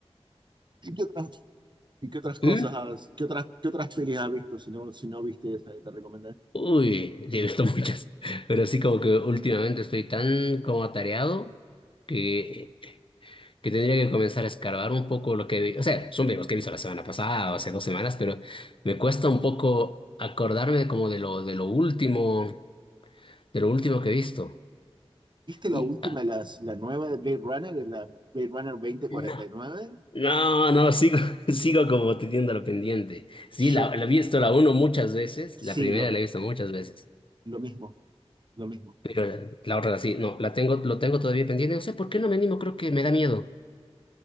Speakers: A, on the right; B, on the left.
A: ¿Y qué otras, y qué otras cosas
B: ¿Mm?
A: has- qué otras, qué otras pelis has visto si no, si no viste esa que te recomendé?
B: Uy, sí, he visto <laughs> muchas, pero sí como que últimamente estoy tan como atareado que que tendría que comenzar a escarbar un poco lo que vi. O sea, son videos que he visto la semana pasada o hace dos semanas, pero me cuesta un poco acordarme como de lo, de lo último, de lo último que he visto.
A: ¿Viste la
B: Y
A: última,
B: ah,
A: la, la nueva de Blade Runner, la Blade Runner 2049?
B: no, no, no, sigo, <laughs> sigo como teniendo lo pendiente. Sí,
A: Yo
B: la, la he visto la uno muchas veces,
A: sí,
B: la primera
A: lo, mi-
B: la he visto muchas veces,
A: lo mismo, lo mismo.
B: pero la, la otra sí, no, la tengo, lo tengo todavía pendiente. No sé por qué no me animo, creo que me da miedo.